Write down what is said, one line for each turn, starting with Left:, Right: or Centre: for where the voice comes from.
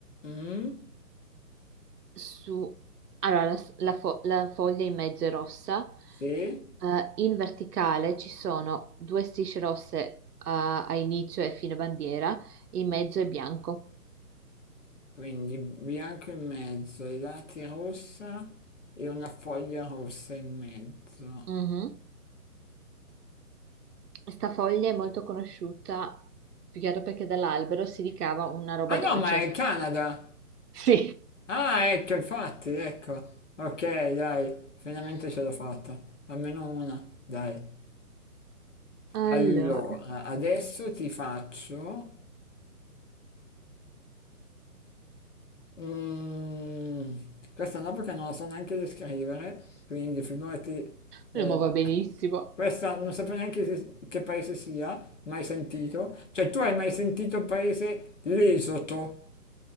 Left: Mm,
Right: su... Allora, la, la fo- la foglia in mezzo è rossa.
Left: sì.
Right: eh, in verticale ci sono due strisce rosse, eh, a inizio e fine bandiera, in mezzo è bianco.
Left: Quindi bianco in mezzo, i lati rossa e una foglia rossa in mezzo.
Right: Mhm. Sta foglia è molto conosciuta, più che altro perché dall'albero si ricava una roba
Left: Ah no,
Right: dolce.
Left: ma è il Canada!
Right: <laughs> Sì.
Left: Ah, ecco, infatti, ecco. Ok, dai, finalmente ce l'ho fatta. Almeno una, dai.
Right: Allora,
Left: Allora, adesso ti faccio... Mm, questa no perché non la so neanche descrivere, quindi figurati... eh,
Right: lo muovo benissimo.
Left: Questa non sapevo neanche se- che paese sia, mai sentito. Cioè, tu hai mai sentito il paese l'Esoto?